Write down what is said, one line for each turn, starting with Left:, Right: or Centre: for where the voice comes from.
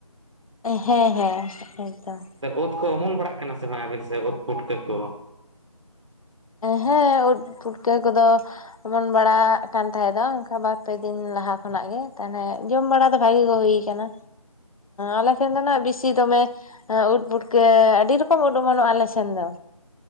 Left: ᱦᱮᱸ ᱦᱮᱸ ᱮᱠᱫᱚᱢ᱾
Right: ᱳᱫ ᱠᱚ ᱚᱢᱚᱱ ᱵᱟᱲᱟᱜ ᱠᱟᱱᱟ ᱥᱮ ᱵᱟᱝ ᱟᱵᱤᱱ ᱥᱮ ᱳᱫ ᱯᱩᱴᱠᱟᱹ ᱠᱚ?
Left: ᱦᱮᱸ ᱳᱫ ᱯᱩᱴᱠᱟᱹ ᱠᱚᱫᱚ ᱚᱢᱚᱱ ᱵᱟᱲᱟᱜ ᱠᱟᱱ ᱛᱟᱦᱮᱸ ᱫᱚ ᱚᱱᱠᱟ ᱵᱟᱨ ᱯᱮ ᱫᱤᱱ ᱞᱟᱦᱟ ᱠᱷᱚᱱᱟᱜ ᱜᱮ, ᱛᱟᱦᱚᱞᱮ ᱡᱚᱢ ᱵᱟᱲᱟ ᱫᱚ ᱵᱷᱟᱜᱤ ᱜᱮ ᱦᱩᱭ ᱟᱠᱟᱱᱟ᱾ ᱟᱞᱮ ᱴᱷᱮᱱ ᱫᱚ ᱱᱟᱜ ᱵᱮᱥᱤ ᱫᱚᱢᱮ ᱮ ᱩᱫ ᱯᱩᱴᱠᱟᱹ ᱟᱹᱰᱤ ᱨᱚᱠᱚᱢ ᱩᱫ ᱚᱢᱚᱱᱚᱜᱼᱟ ᱟᱞᱮ ᱥᱮᱱ ᱫᱚ᱾